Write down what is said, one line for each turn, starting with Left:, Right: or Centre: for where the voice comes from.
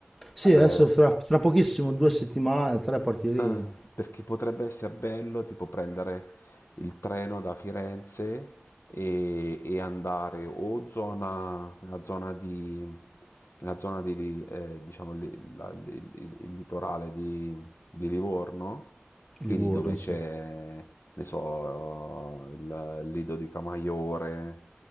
Centre: Sì,
Left: eh,
Centre: adesso fra, tra pochissimo, due settimane, tre partiremo.
Left: Ah, perché potrebbe essere bello tipo prendere il treno da Firenze e, e andare o zona, nella zona di, nella zona di, Li- eh, diciamo, li- la- il, il- il litorale di, di Livorno, quindi
Centre: Livorno,
Left: dove c'è,
Centre: sì.
Left: ne so, il Lido di Camaiore,